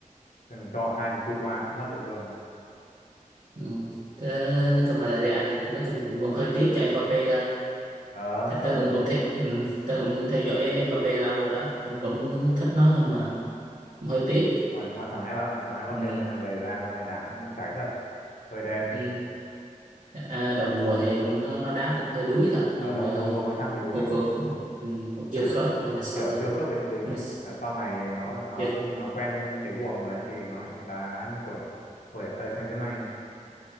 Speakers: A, on the left; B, on the right.
A: ừ, cho hai thằng Courtois cũng không bắt được luôn
B: ừ. Tớ, nói chung là Real thì nói chung cũng, cũng hơi tiếc cho Mbappé thôi
A: ờ
B: tại
A: ờ
B: tớ cũng cũng theo ừ, tớ cũng theo dõi Mbappé lâu rồi đó cũng cũng thích nó nhưng mà cũng hơi tiếc
A: Ôi, nhưng mà thằng Mba- thằng Mbappe
B: ừ.
A: công nhận về Real năm nay đã cháy thật hơi đen
B: Ừ. À, đầu mùa thì nó nó đá cũng hơi đuối thật nhưng
A: ở đầu
B: mà
A: đầu mùa mới sang thì đuối
B: cũng cũng, ừ, cũng
A: kiểu
B: chưa khớp nhưng mà sau
A: kiểu
B: này
A: chưa khớp với đội hình
B: nhưng
A: ấy
B: mà
A: ở sau này nó
B: ừ,
A: nó
B: chưa,
A: nó quen cái guồng rồi ấy thì nó lại đá như kiểu hồi ở Paris Saint-Germain